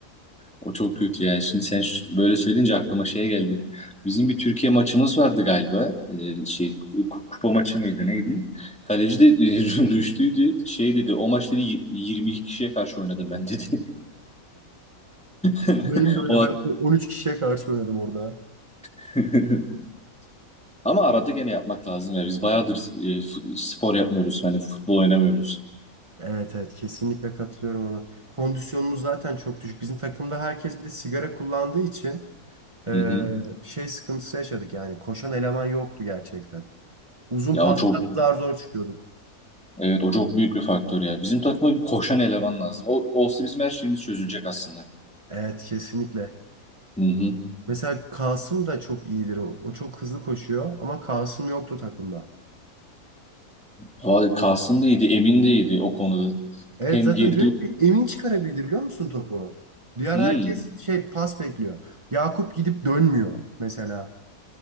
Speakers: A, in the centre; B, on the right.
A: O çok kötü yani. Şimdi sen ş- böyle söyleyince aklıma şey geldi. Bizim bir Türkiye maçımız vardı galiba. Ee, şey ku- kupa maçı mıydı neydi? Kaleci de <laughs> Rüştü'ydü. Şey dedi o maç dedi y- 22 kişiye karşı oynadım ben dedi. <laughs>
B: Benim de öyle.
A: O
B: Ben 13 kişiye karşı oynadım orada.
A: <laughs> ama arada gene yapmak lazım ya. Biz bayağıdır e, fu- spor yapmıyoruz. Hani futbol oynamıyoruz.
B: Evet evet kesinlikle katılıyorum ona. Kondisyonumuz zaten çok düşük. Bizim takımda herkes bir de sigara kullandığı için Ee,
A: Hı hı.
B: şey sıkıntısı yaşadık yani koşan eleman yoktu gerçekten. Uzun
A: Ya
B: paslarla
A: o çok
B: zar zor çıkıyorduk.
A: evet o çok büyük bir faktör ya. Bizim takıma bir koşan eleman lazım. O olsa bizim her şeyimiz çözülecek aslında.
B: Evet kesinlikle.
A: Hı hı.
B: Mesela Kasım da çok iyidir o. O çok hızlı koşuyor ama Kasım yoktu takımda.
A: Abi Kasım da iyiydi, Emin de iyiydi o konuda.
B: Evet
A: Hem
B: zaten
A: geri
B: dün
A: dön
B: bir Emin çıkarabildi biliyor musun topu? Diğer
A: Hmm,
B: herkes şey pas bekliyor. Yakup gidip dönmüyor mesela.